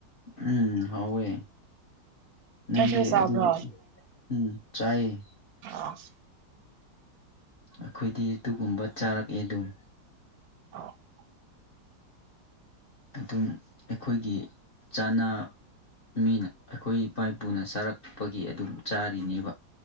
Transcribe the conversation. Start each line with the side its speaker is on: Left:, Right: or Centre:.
Left: ꯎꯝ ꯍꯥꯎꯋꯦ ꯅꯪꯗꯤ
Right: ꯅꯣꯏꯁꯨ ꯆꯥꯕ꯭ꯔꯣ
Left: ꯑꯗꯨꯒ ꯎꯝ ꯆꯥꯏꯌꯦ
Right: ꯑ <unintelligible>
Left: ꯑꯩꯈꯣꯏꯗꯤ ꯑꯗꯨꯒꯨꯝꯕ ꯆꯥꯔꯛꯑꯦ ꯑꯗꯨꯝ
Right: ꯑ <unintelligible>
Left: ꯑꯗꯨꯝ ꯑꯩꯈꯣꯏꯒꯤ ꯆꯥꯅ ꯃꯤꯅ ꯑꯩꯈꯣꯏ ꯏꯄꯥ ꯏꯄꯨꯅ ꯆꯥꯔꯛꯄꯒꯤ ꯑꯗꯨꯝ ꯆꯥꯔꯤꯅꯦꯕ